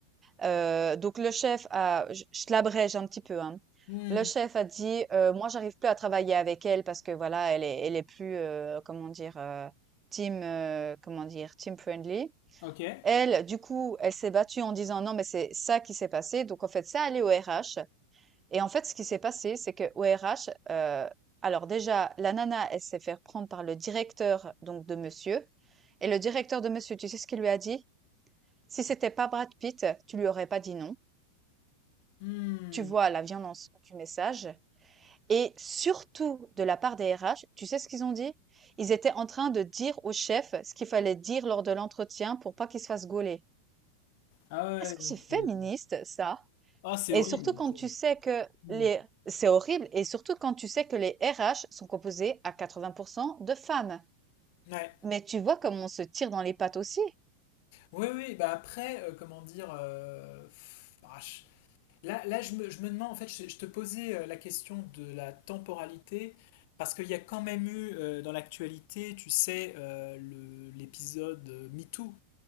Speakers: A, on the right; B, on the left.
A: Euh, donc le chef a, je, je l'abrège un petit peu, hein.
B: Hmm,
A: Le chef a dit, euh, moi, j'arrive plus à travailler avec elle parce que voilà, elle est, elle est plus, euh, comment dire, euh, team, euh, comment dire, team friendly.
B: ok.
A: Elle, du coup, elle s'est battue en disant non, mais c'est ça qui s'est passé. Donc en fait, ça allait au RH. Et en fait, ce qui s'est passé, c'est que au RH, heu, alors déjà, la nana, elle s'est fait prendre par le directeur donc de monsieur et le directeur de monsieur, tu sais ce qu'il lui a dit? «Si c'était pas Brad Pitt, tu lui aurais pas dit non.
B: Hmm.
A: Tu vois la violence du message» et surtout de la part des RH, tu sais ce qu'ils ont dit? Ils étaient en train de dire au chef ce qu'il fallait dire lors de l'entretien pour pas qu'il se fasse gauler.
B: Ah ouais,
A: Est-ce que
B: donc
A: c'est féministe
B: c'est...
A: ça?
B: Ah, c'est
A: Et
B: horrible.
A: surtout quand
B: c'est-
A: tu sais que
B: Hmm.
A: les c'est horrible et surtout quand tu sais que les RH sont composés à 80% de femmes.
B: Ouais.
A: Mais tu vois comme on se tire dans les pattes aussi.
B: Oui, oui, bah après, euh, comment dire... euh, pff, ah, je- Là, là je me, je me demande, en fait, je, je te posais euh, la question de la temporalité, parce qu'il y a quand même eu euh, dans l'actualité, tu sais, euh, le- l'épisode euh, MeToo.